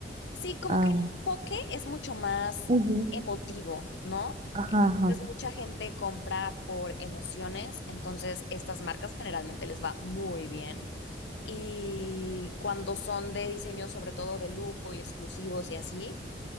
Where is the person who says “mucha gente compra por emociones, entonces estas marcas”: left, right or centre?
Left